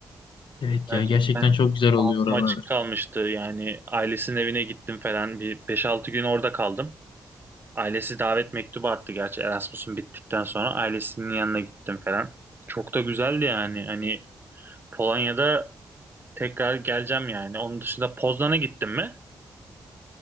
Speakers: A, on the left; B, on the right.
A: Evet
B: Gerçekten
A: ya gerçekten çok güzel oluyor
B: ağzım
A: oralar.
B: açık kalmıştı yani ailesinin evine gittim falan bir beş altı gün orada kaldım. Ailesi davet mektubu attı gerçi Erasmus'un bittikten sonra ailesinin yanına gittim falan. Çok da güzeldi yani. Hani Polonya'da tekrar geleceğim yani. Onun dışında Poznan'a gittim mi?